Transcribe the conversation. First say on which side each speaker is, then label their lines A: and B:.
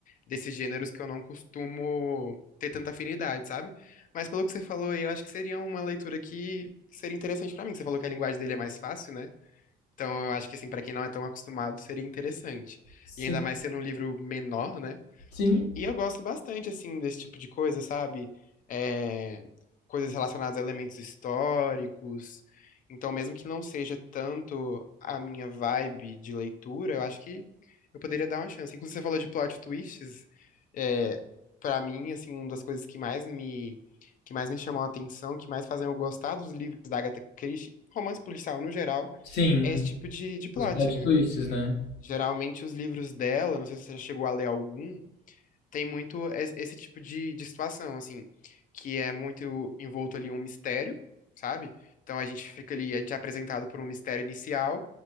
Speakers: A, on the left; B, on the left.
A: desses gêneros que eu não costumo ter tanta afinidade, sabe? Mas pelo que você falou aí, eu acho que seria uma leitura que que seria interessante pra mim. Você falou que a linguagem dele é mais fácil, né? Então, eu acho que assim, para quem não é tão acostumado, seria interessante.
B: Sim.
A: E ainda mais sendo um livro menor, né?
B: Sim.
A: E eu gosto bastante, assim, desse tipo de coisa, sabe? É, coisas relacionadas a elementos históricos. Então, mesmo que não seja tanto a minha vibe de leitura, eu acho que eu poderia dar uma chance. Inclusive, você falou de plot twists. É, para mim, assim, uma das coisas que mais me, que mais me chamam a atenção, que mais fazem eu gostar dos livros da Agatha Christie, romance policial no geral,
B: Sim.
A: é esse tipo de, de plot,
B: Os plot
A: né?
B: twists, né?
A: Geralmente, os livros dela, não sei se você já chegou a ler algum, tem muito es- esse tipo de, de situação, assim, que é muito envolto ali em um mistério, sabe? Então a gente fica ali, a gente é apresentado por um mistério inicial